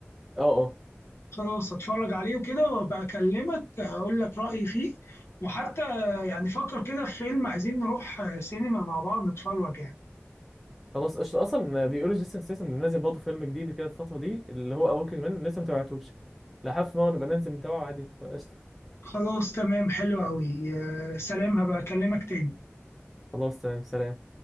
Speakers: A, in the centre; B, on the left.
A: اه اه
B: خلاص هتفرج عليه وكده وابقى اكلمك هقول لك رأيي فيه وحتى يعني فكر كده في فيلم عايزين نروح آه، سينما مع بعض نتفرج يعني
A: خلاص قشطة. اصلا بيقولوا جيسون ستاثام منزل برضه فيلم جديد كده الفتره دي اللي هو وركينج مان لسه ما تابعتوش لا حف ما نبقى ننزل نتابعه عادي فقشطه
B: خلاص تمام حلو قوي سلام هبقى اكلمك تاني
A: خلاص تمام سلام